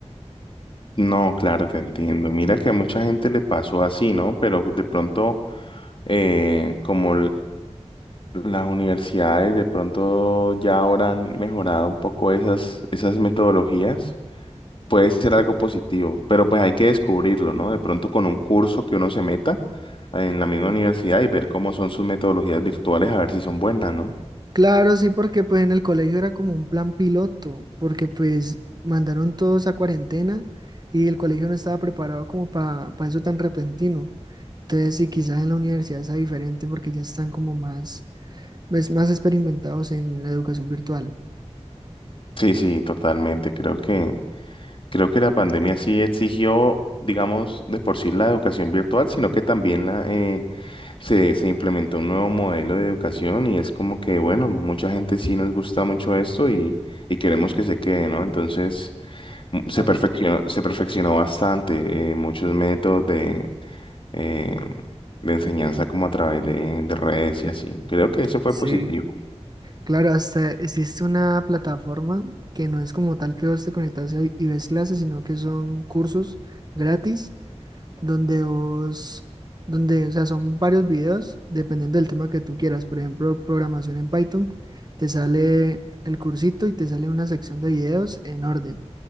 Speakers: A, on the left; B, on the right.
A: No, claro, te entiendo. Mira que a mucha gente le pasó así, ¿no? Pero de pronto, eh, como l- Las universidades de pronto ya ahora han mejorado un poco esas, esas metodologías. Puede ser algo positivo, pero pues hay que descubrirlo, ¿no? De pronto con un curso que uno se meta en la misma universidad y ver cómo son sus metodologías virtuales, a ver si son buenas, ¿no?
B: Claro, sí, porque pues en el colegio era como un plan piloto, porque pues mandaron todos a cuarentena y el colegio no estaba preparado como para eso tan repentino. Entonces sí, quizás en la universidad sea diferente porque ya están como más, pues, más experimentados en la educación virtual.
A: Sí, sí, totalmente. Creo que, creo que la pandemia sí exigió, digamos, de por sí la educación virtual, sino que también la, eh, se, se implementó un nuevo modelo de educación y es como que, bueno, mucha gente sí nos gusta mucho esto y, y queremos que se quede, ¿no? Entonces, m- se
B: Claro.
A: perfeccionó, se perfeccionó bastante, eh, muchos métodos de, eh, de enseñanza como a través de, de redes y así. Creo que eso fue
B: Sí,
A: positivo.
B: Claro, hasta existe una plataforma que no es como tal que vos te conectas y y ves clases, sino que son cursos gratis donde vos, donde, o sea, son varios videos dependiendo del tema que tú quieras. Por ejemplo, programación en Python, te sale el cursito y te sale una sección de videos en orden.